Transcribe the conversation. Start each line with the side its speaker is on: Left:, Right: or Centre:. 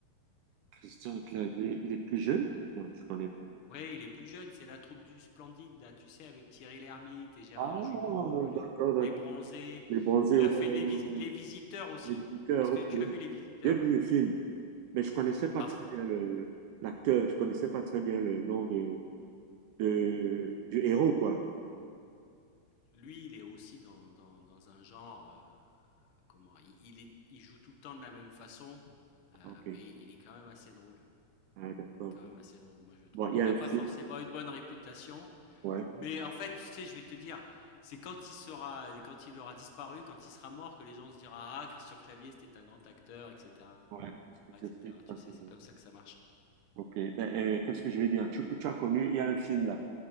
Right: Christian Clavier,
Left: tu
Right: il est plus jeune? Non, je connais pas.
Left: ouais, il est plus jeune, c'est la troupe du Splendide là, tu sais, avec Thierry Lhermitte et Gérard
Right: Ah,
Left: Jugnot, les
Right: d'accord, d'accord.
Left: les Bronzés.
Right: Les bronzés,
Left: Il
Right: ouais,
Left: a fait
Right: ouais,
Left: les vis les
Right: ouais.
Left: Visiteurs aussi.
Right: L'éditeur,
Left: Est-ce que
Right: ok.
Left: tu as vu les Visiteurs?
Right: J'ai vu le film, mais je connaissais pas
Left: Alors
Right: très bien le- l'acteur, je connaissais pas très bien le nom de, de, du héros, quoi.
Left: lui, il est aussi dans dans dans un genre, heu, comment? Il il est il joue tout le temps de la même façon, heu,
Right: Ah, ok.
Left: mais il est quand même assez drôle.
Right: Ah, d'accord.
Left: Il est quand même assez drôle, moi je trouve.
Right: Bon, il
Left: Il
Right: y a un
Left: a
Right: film,
Left: pas forcément une bonne réputation
Right: ouais.
Left: Mais en fait, tu sais, je vais te dire, c'est quand il sera, quand il aura disparu, quand il sera mort, que les gens se diront, ah, Christian Clavier, c'était un grand acteur, etc.,
Right: Ouais, parce que ça
Left: etc.
Right: se fait
Left: Tu
Right: pas
Left: sais,
Right: toujours.
Left: c'est comme ça que ça marche.
Right: Ok. Ben, euh, qu'est-ce que je vais dire? Tu, tu as connu, il y a un film là.